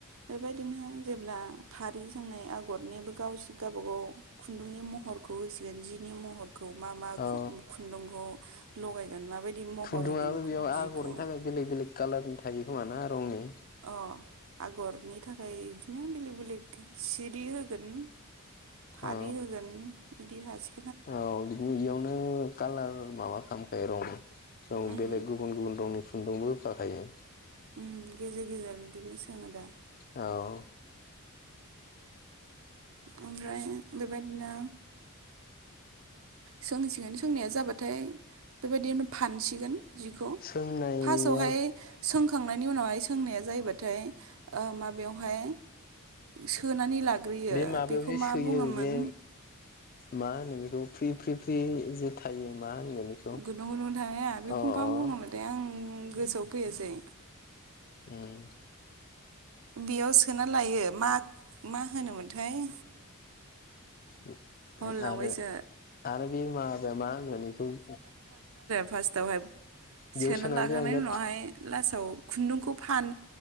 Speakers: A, on the right; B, on the left.
A: बेबायदिनो जेब्ला फारि जोंनाय आगरनिबो गाव गावबागाव खुन्दुंनि महरखौ होसिगोन जिनि महर खौ मा मा
B: औ
A: खुन्दुंखौ <inaudible> महर
B: खुन्दुङाबो
A: होगोन
B: बेयाव आगरनि
A: जिखौ
B: थाखाय बेलेग बेलेग कालारनि थायो नंगौ ना रंनि
A: औ आगरनि थाखाय बिदिनो बेले सिरि <inaudible> फालि
B: औ
A: होगोन इदिर हाजि
B: औ बिदिनो बेयावनो कालार माबा खाम रं दं
A: उम
B: बेलेग गुबुन गुबुन दं फुन्दुंबो जाखायो
A: उम गेजेर गेजेर बिदिनो सोङो दा
B: औ
A: ओमफ्राय बेबायदिनो सोंसिगोन सोंनाया जाबाथाय बेबायदिनो फानसिगोन। जिखौ
B: सोंनायाव
A: फार्स्टआवहाय सोंखांनायनि उनावहाय सोंनाया जायोबाथाय ओ माबायावहाय सोनानै लाग्रोयो
B: बे माबायाव
A: बेखौ
B: जे
A: मा
B: सोयो
A: बुङोमोन?
B: बे मा होनो बेखौ फ्रि फ्रि फ्रि जे थायो मा होनगोन बेखौ
A: गोदुं गोदुंआवनो थानाया
B: अ
A: बेखौ
B: अ
A: मा बुङोमोनथाय आं गोसोआव फैयासै
B: उम
A: बेयाव सोना लायो मा मा होनोमोनथाय
B: नोंथाङा
A: बावलायलांबायसो
B: आरो आरो बेमार बे मा होनगोन बेखौ
A: फासथावहाय
B: बेयाव
A: सोना
B: सोनानै
A: लाखांनायनि
B: जे आं बे
A: उनावहाय लास औ खुन्दुंखौ फान